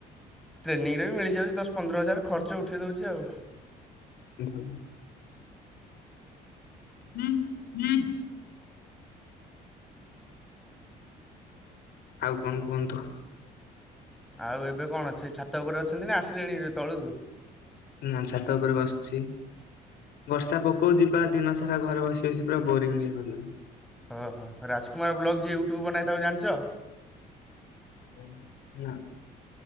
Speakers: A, in the centre; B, on the left.
A: ଟ୍ରେନିଂରେ ବି ମିଳି ଯାଉଚି ଦଶ ପନ୍ଦର ହଜାର ଖର୍ଚ୍ଚ ଉଠେଇ ଦଉଚି ଆଉ।
B: ଭଲ। <unintelligible> ଆଉ, କଣ କୁହନ୍ତୁ?
A: ଆଉ ଏବେ କଣ ସେଇ ଛାତ ଉପରେ ଅଛନ୍ତି ନା ଆସିଲେଣି ଏବେ ତଳୁକୁ।
B: ନା ଛାତ ଉପରେ ବସିଛି। ବର୍ଷା ପକଉ ଯିବା ଦିନ ସାରା ଘରେ ବସି ବସି ପୁରା ବୋରିଙ୍ଗ ହେଇଗଲିଣି।
A: ଓ ହୋ, ରାଜକୁମାର ବ୍ଲଗ ଯିଏ ୟୁଟ୍ୟୁବ ବନାଏ ତାକୁ ଜାଣିଚ।
B: ମୁଁ ନାଁ।